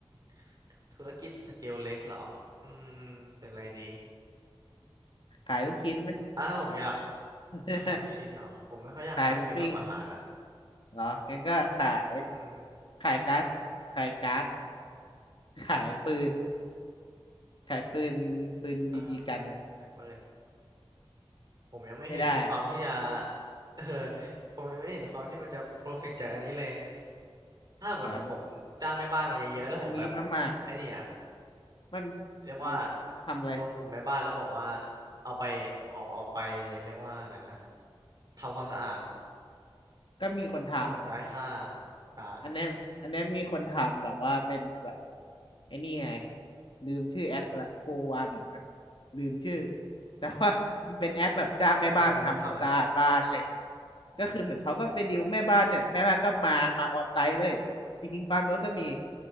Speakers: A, on the right; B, on the left.
A: ำธุรกิจสเกลเล็กเหรออืมเป็นอะไรดี
B: ขายลูกชิ้นไหม
A: อ้าวผมอยาก
B: <laughs>
A: ขายลูกชิ้นเหรอผมไม่ค่อยอยากทำเกี่ยวกับอาหารอ่ะ
B: ขายหมูปิ้งเหรองั้นก็ขาย
A: อืม
B: ขายการ์ดขายการ์ดขายปืนขายปืนปืนบีบีกัน
A: เอ่อสายเปิลผมยังไม่เห็นความที่จะ
B: ไม่ได้
A: <laughs> เออผมยังไม่เห็นความที่มันจะ profit จากอันนี้เลยถ้าสมมติผมจ้างแม่บ้านมาเยอะๆแล้วผมแบบ
B: เหรอวันนี้น้ำมา
A: ไอ้นี่อะ
B: มัน
A: เรียกว่า
B: เอาทำอะไร
A: รวมกลุ่มแม่บ้านแล้วบอกว่าเอาไปออกออกไปเรียกว่าอะไรนะทำความสะอาด
B: ก็มีคนท
A: แล้วผมได้ค่ากลาง
B: อันเนี้ยอันเนี้ยมีคนทำแบบว่าเป็นแบบไอ้นี่ไงลืมชื่อแอปละโกวาบีปะลืมชื่อแต่ว่ามันเป็นแอปแบบจ้างแม่บ้านมาทำความสะอาดบ้านอะไรเงี้ย
A: แต่มันมีคนทำแล้วใช่ไหม
B: ก็คือเหมือนเขาก็ไปดิวแม่บ้านเนี่ยแหละแม่บ้านก็มามาออนไซต์เลยจริงๆฟาร์มเวิร์กก็มี